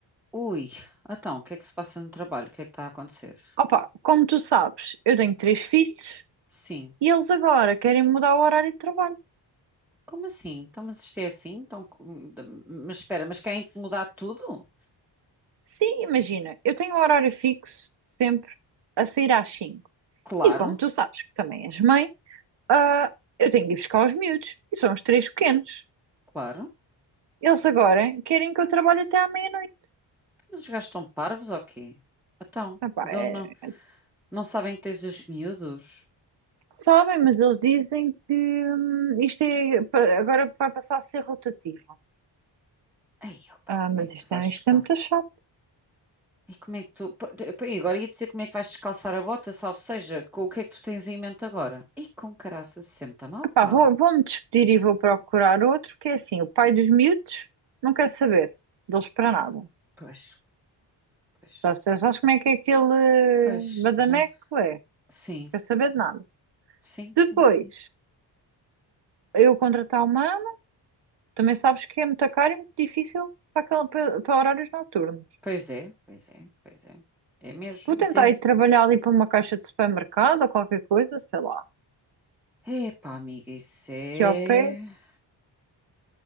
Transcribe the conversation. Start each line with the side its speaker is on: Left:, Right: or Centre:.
Centre: Ui, então, o que é que se passa no trabalho? O que é que está a acontecer?
Right: Opa, como tu sabes, eu tenho três filhos
Centre: Sim.
Right: e eles agora querem mudar o horário de trabalho.
Centre: Como assim? Então, mas isto é assim? Então, com- mas espera, mas querem mudar tudo?
Right: Sim, imagina, eu tenho um horário fixo, sempre a sair às cinco
Centre: Claro,
Right: E como tu sabes que também és mãe, ah, eu tenho que ir buscar os miúdos, e são os três pequenos.
Centre: claro.
Right: Eles agora querem que eu trabalhe até à meia-noite.
Centre: Mas os gajos estão parvos ou quê? Então,
Right: Ah pá,
Centre: mas
Right: é-
Centre: eles não, não sabem que tens os miúdos?
Right: Sabem, mas eles dizem que hum, isto é, pa- agora vai passar a ser rotativo.
Centre: Ei, opa,
Right: Ah,
Centre: como
Right: mas
Centre: é que
Right: isto
Centre: tu vais
Right: é,
Centre: descalço?
Right: isto é muito chato.
Centre: E como é que tu... Pô, de- pô, e agora ia dizer como é que vais descalçar a bota, salvo seja, com o que é que tu tens em mente agora? E com caraças, isso sempre está mal,
Right: Ah
Centre: pá.
Right: pá, vou, vou-me despedir e vou procurar outro, que é assim, o pai dos miúdos não quer saber deles para nada.
Centre: Pois, pois,
Right: Já sei- sabes como é que é aquele
Centre: pois,
Right: badameco
Centre: já.
Right: é? Não
Centre: Sim,
Right: Quer saber de nada.
Centre: sim, sim,
Right: Depois,
Centre: sim.
Right: eu contratar uma ama, também sabes que é muito caro e muito difícil para, aquela- para para horários noturnos.
Centre: Pois é, pois é, pois é. É mesmo.
Right: Vou tentar
Centre: E tem...
Right: ir trabalhar ali para uma caixa de supermercado ou qualquer coisa, sei lá.
Centre: Epá, amiga, isso é.
Right: Que ao pé,